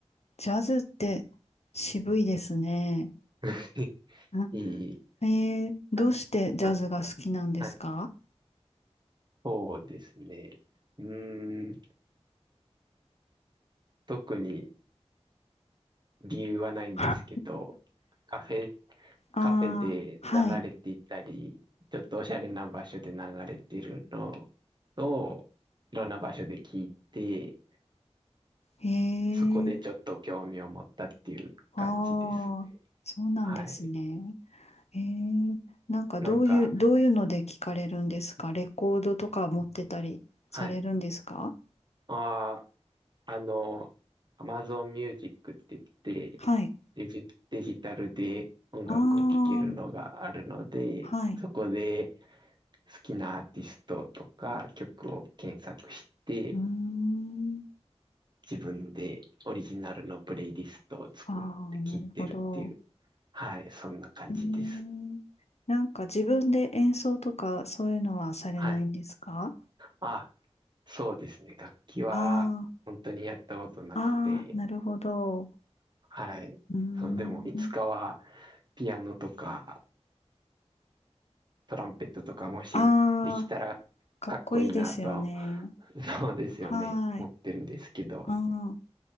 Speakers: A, on the left; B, on the right.
A: ジャズって渋いですね。
B: <laughs>
A: んえー、
B: いい。
A: どうしてジャズが好きなんですか
B: あ、あはいそうですね。うーん。特に理由はないんですけど、
A: あ <laughs>
B: カフェ、
A: あー、
B: カフェで流れていたり、
A: はい。
B: ちょっとおしゃれな場所で流れてるのを、いろんな場所で聞いて、
A: へえ、
B: そこでちょっと興味を持ったっていう感じですね。
A: ああ、そうなんですね。
B: はい。
A: へえ、なんかどういう、
B: なんか、
A: どういうので聞かれるんですかレコードとか持ってたりされるんですか
B: はい。ああ、あの、Amazon Music って言って、
A: はい。
B: デジ、デジタルで音楽を聴けるのがあるので、
A: ああ、はい。
B: そこで好きなアーティストとか曲を検索して、
A: うーん。
B: 自分でオリジナルのプレイリストを作って聴いてるっていう、
A: ああ、なるほど。
B: はい、そんな感じです。
A: えー、なんか自分で演奏とかそういうのはされないんですか
B: はい。あ、そうですね。楽器は本当にやったことなくて、
A: ああ、ああ、なるほど。
B: はい。
A: うーん。
B: その、でも、いつかは、ピアノとか、トランペットとか、もしできたら、
A: ああ、かっこいいですよね。
B: かっこいいなと、<laughs> そうですよね、
A: はーい。
B: 思ってるんですけど。
A: うん